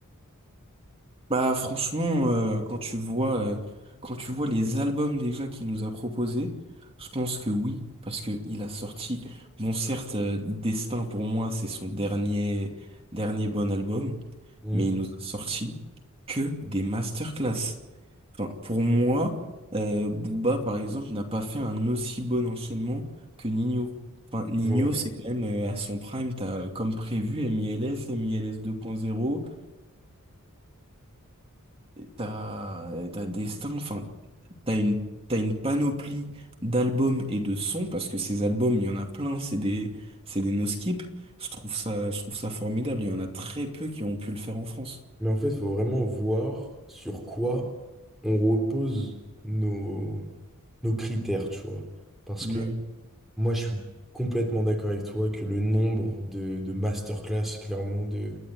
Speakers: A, on the right; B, in the centre.
A: Bah franchement, euh, quand tu vois, euh, quand tu vois les albums déjà qu'il nous a proposés, je pense que oui, parce que il a sorti, bon certes, euh, Destin pour moi c'est son dernier dernier bon album,
B: Hmm,
A: mais il nous a sorti que des masterclass. Enfin, pour moi, euh, Booba par exemple n'a pas fait un aussi bon enchaînement que Nino. Enfin, Nino
B: je vois.
A: c'est quand même euh, à son prime, t'as euh, comme prévu MILS, MILS 2.0. T'as, t'as Destin, enfin, t'as une, t'as une panoplie d'albums et de sons, parce que ces albums, il y en a plein, c'est des, c'est des no-skip. Je trouve ça, je trouve ça formidable, il y en a très peu qui ont pu le faire en France.
B: Mais en fait, il faut vraiment voir sur quoi on repose nos, nos critères, tu vois. Parce
A: Ouais,
B: que moi, je suis complètement d'accord avec toi que le nombre de, de masterclass, clairement, de,